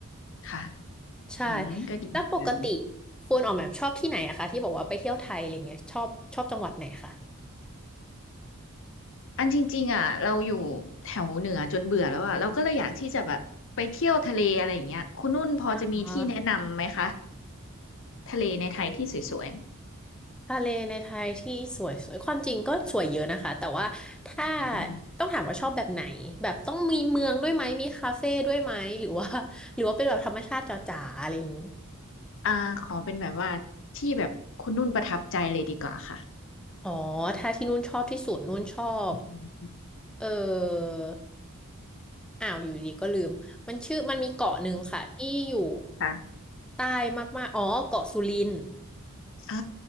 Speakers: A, on the left; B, in the centre.
A: ค่ะ
B: ใช่
A: อืมก็ดีเหมือนกัน
B: แล้วปกติคุณออกแบบชอบที่ไหนอะคะที่บอกว่าไปเที่ยวไทยอะไรเงี้ยชอบชอบจังหวัดไหนคะ
A: อันจริงๆอ่ะเราอยู่แถวเหนือจนเบื่อแล้วอ่ะเราก็เลยอยากที่จะแบบไปเที่ยวทะเลอะไรอย่างเงี้ยคุณนุ่นพอจะมีที่แนะนำไหมคะ
B: อ่า
A: ทะเลในไทยที่สวย
B: ทะเลในไทยที่สวยสวยความจริงก็สวยเยอะนะคะ แต่ว่าถ้า
A: ๆอืม
B: ต้องถามว่าชอบแบบไหนแบบต้องมีเมืองด้วยไหม มีคาเฟ่ด้วยไหม หรือว่า <laughs> หรือว่าเป็นแบบธรรมชาติจ๋าๆอะไรอย่างนี้
A: ๆอ่าขอเป็นแบบว่าที่แบบคุณนุ่นประทับใจเลยดีกว่าค่ะ
B: อ๋อถ้าที่นู่นชอบที่สุดนู่นชอบ
A: อืม
B: เอออ้าวอยู่ดีก็ลืมมันชื่อมันมีเกาะหนึ่งค่ะที่อยู่
A: ค่ะ
B: ใต้มากๆอ๋อเกาะสุรินทร์
A: อ่า